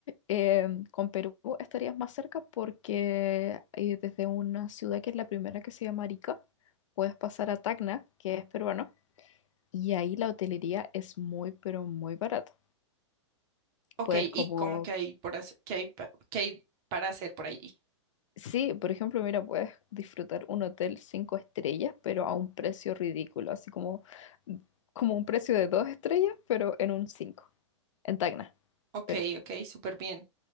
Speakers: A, on the left (about 75°); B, on the right (about 20°).
A: Em, con Perú estarías más cerca porque eh, desde una ciudad que es la primera que se llama Arica, puedes pasar a Tacna, que es peruano, y ahí la hotelería es muy, pero muy barata.
B: Ok,
A: Puedes
B: y
A: como
B: cómo que hay por hacer, que hay, pa- que hay para hacer por allí.
A: Sí, por ejemplo, mira, puedes disfrutar un hotel cinco estrellas, pero a un precio ridículo, así como, como un precio de dos estrellas, pero en un cinco, en Tacna,
B: Ok,
A: Perú.
B: ok, súper bien.